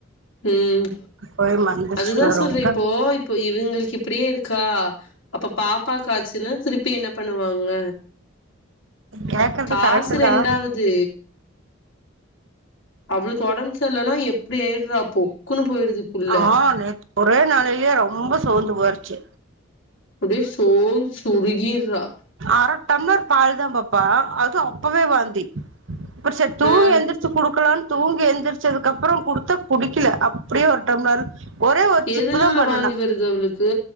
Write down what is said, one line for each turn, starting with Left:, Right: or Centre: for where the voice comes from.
Left: ம்
Right: போய் மருந்துடிச்சுட்டு
Left: அதுதா
Right: வரவுந்தா
Left: சொல்ற இப்போ இப்போ இதுங்களுக்கு இப்டியே இருக்கா அப்ப பாப்பா ஆச்சுன்னா திருப்பி என்ன பண்ணுவாங்க
Right: கேக்குறது
Left: காசு
Right: கரெக்ட்
Left: ரெண்டாவது
Right: தா
Left: அவுளுக்கு ஒடம் சரில்லலைன்னா எப்டி ஆயிட்ரா அப்போ குனு போய்டுது புல்ல
Right: ஆ நேத்து ஒரே நாளைலயே ரொம்ப சோர்ந்து போச்சு
Left: அப்டியே சோன் சொருகிறா
Right: அர டம்லர் பால் அதா பாப்பா அதுவு அப்பவே வாந்தி அப்ற சேர் தூங்கி
Left: ஆஹ்
Right: எழுந்திர்ச்சு குடுக்கலான் தூங்கி எழுந்திரச்சதுக்கப்புற குடுத்த குடிக்கல அப்டியே ஒரு டம்ளர் ஒரே ஒரு சிப்பு
Left: எதனால
Right: தா பண்ணுனா
Left: வாந்தி வருது அவளுக்கு